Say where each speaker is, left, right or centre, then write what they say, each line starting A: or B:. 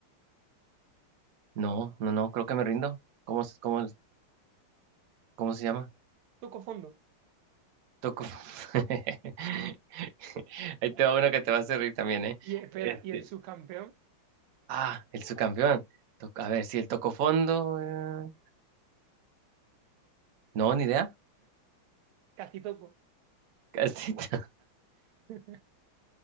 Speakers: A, on the right; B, on the right.
A: no, no, no, creo que me rindo. ¿Cómo, se- cómo, cómo se llama?
B: Toco fondo.
A: Toku. <laughs> Ahí te va uno que te va a hacer reír también, ¿eh?
B: Y espera,
A: Este,
B: y el subcampeón,
A: ah, el subcampeón. Toc- A ver, si el tocó fondo. eh, No, ni idea.
B: Casi toco.
A: Casi. <laughs>
B: <laughs>